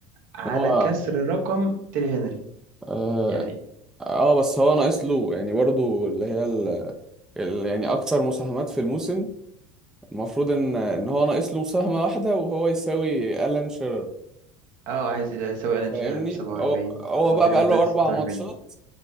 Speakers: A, on the right; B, in the centre.
A: على
B: هو
A: كسر رقم تيري هنري
B: اه
A: يعني
B: آه، بس هو ناقص له يعني برضو اللي هي ال... ال... يعني أكتر مساهمات في الموسم المفروض إن إن هو ناقص له مساهمة واحدة وهو يساوي ألان شيرر
A: اه عايز يساوي الان
B: فاهمني
A: شيرر ب 47
B: هو هو
A: هو
B: بقى
A: تقريبا
B: بقى
A: دلوقتي
B: له أربع
A: 46
B: ماتشات